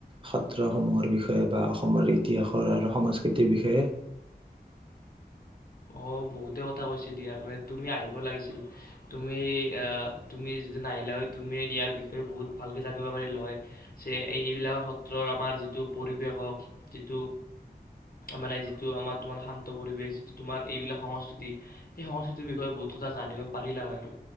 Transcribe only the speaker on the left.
অ' বহুতে কথা কৈছে দিয়া মানে তুমি আহিব লাগিছিল। তুমি আহ তুমি যিদি নাহিলা হয়, তুমি ইয়াৰ বিষয়ে বহুত ভালকে জানিব পাৰিলা হয়। যে এই এইবিলাকৰ সত্ৰৰ আমাৰ যিটো পৰিৱেশ হওক যিটো মানে যিটো, আমাৰ তোমাৰ শান্ত পৰিৱেশ। যিটো, তোমাৰ এইবিলাক সংস্কৃতি সেই সংস্কৃতিৰ বিষয়ে বহুত কথা জানিব পাৰিলা হয় আৰু